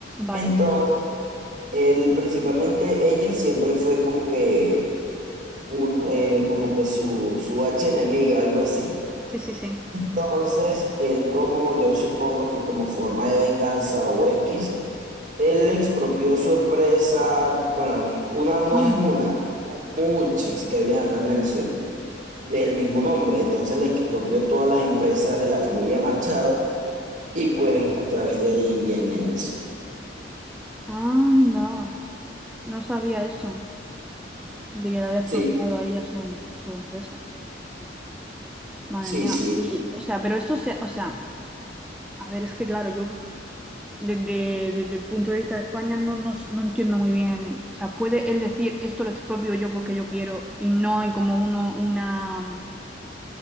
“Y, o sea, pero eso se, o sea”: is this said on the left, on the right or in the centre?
Centre